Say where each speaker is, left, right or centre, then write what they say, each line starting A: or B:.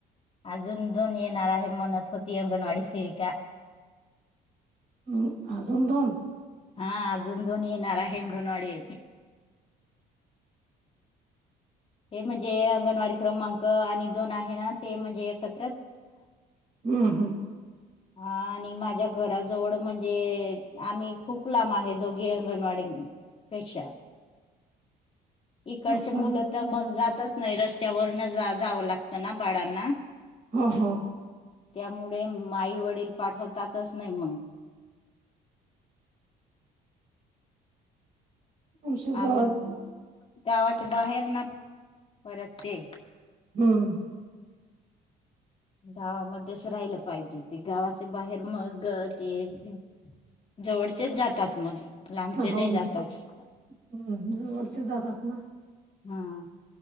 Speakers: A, on the left (about 35°); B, on the right (about 65°).
A: अजून दोन येणार आहे म्हणत होती अंगणवाडी सेविका
B: हम् अजून दोन?
A: हा अजून दोन येणार आहे अंगणवाडी हे म्हणजे अंगणवाडी क्रमांक आणि दोन आहे, ना ते म्हणजे एकत
B: हम्म हम्म.
A: हा आणि माझ्या घराजवळ म्हणजे, आम्ही खूप लांब आहे दोघे अंगणवाडी पेक्षा इकडचे
B: असं
A: मुलं तर मग जातच नाही, रस्त्यावरन जा जावं लागतं ना बाळांना-
B: हो हो.
A: त्यामुळे माई वडील पाठवतातच नाही मग <inaudible>
B: आमच्या गावात
A: आणि गावाच्या बाहेर ना परत ते
B: हम्म
A: गावा मध्येच राहिलं पाहिजे, ते गावाचे बाहेर मंग् ते- जवळचेच जातात मग लांबचे नाही
B: हो
A: जातात.
B: हम्म जवळचे जातात ना.
A: हां.